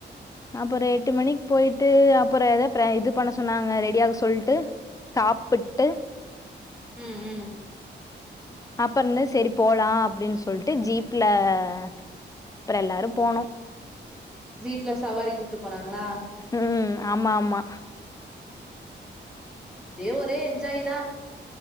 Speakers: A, on the left; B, in the centre.
A: அப்றோ எட்டு மணிக்கு போய்ட்டு அப்றோ எதோ இது பண்ண சொன்னாங்க ரெடியாக சொல்ட்டு சாப்புட்டு
B: ம் ம்
A: அப்ரோந்தே சரி போலா அப்டின்னு சொல்ட்டு ஜீப்ல அப்றோ எல்லாரும் போணோ
B: ஜீப்ல சவாரி கூப்ட்டு போனாங்களா
A: ம் ஆமா ஆமா
B: அப்டியே ஒரே என்ஜாய் தான்